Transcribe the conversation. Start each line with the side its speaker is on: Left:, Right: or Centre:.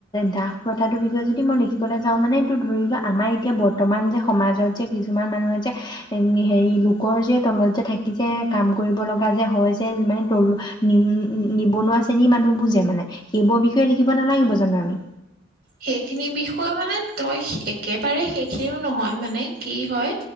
Left: দাস প্ৰথাটোৰ বিষয়ে যদি মই লিখিবলৈ যাওঁ মানে এইটো ধৰিলোৱা আমাৰ এতিয়া বৰ্তমান যে সমাজত যে কিছুমান মানুহে যে হেৰি লোকৰ যে তলত যে থাকি যে কাম কৰিব লগা যে হয় যে মানে উম নিবনুৱা শ্ৰেণী মানহ তো মানুহবোৰ যে মানে সেইবোৰৰ বিষয়ে লিখিব নালাগিব জানো আমি?
Right: সেইখিনি বিষয়ে মানে তই একেবাৰে সেইখিনিও নহয় মানে কি হয়